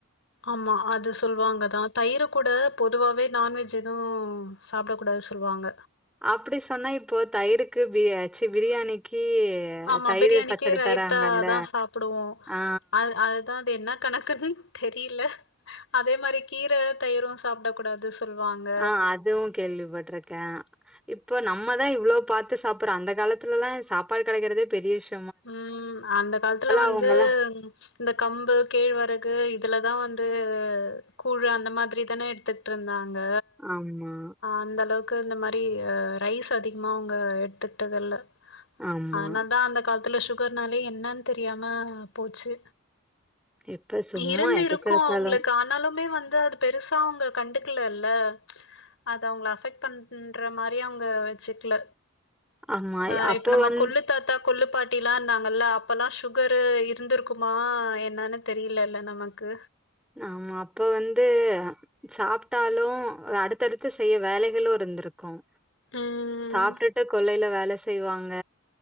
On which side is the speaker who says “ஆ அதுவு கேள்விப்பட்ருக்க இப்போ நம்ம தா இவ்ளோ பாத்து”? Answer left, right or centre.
Centre